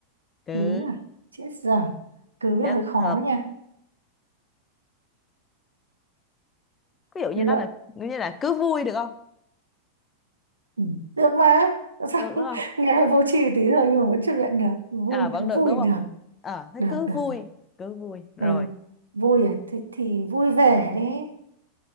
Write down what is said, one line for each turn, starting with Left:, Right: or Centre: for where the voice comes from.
Left: cứ
Right: cứ à chết dở cứ
Left: chất
Right: là hơi khó
Left: thật
Right: nha
Left: ví dụ như
Right: luận
Left: nó là như là cứ vui được không
Right: ừ. được mà Tại sao
Left: được đúng không
Right: <laughs> nghe hơi vô tri tí thôi nhưng mà vẫn chấp nhận được vui
Left: à vẫn
Right: cứ
Left: được
Right: vui
Left: đúng
Right: được
Left: không ờ thế
Right: được
Left: cứ
Right: được
Left: vui
Right: được
Left: cứ vui rồi
Right: ừ. vui à thì, thì vui vẻ đấy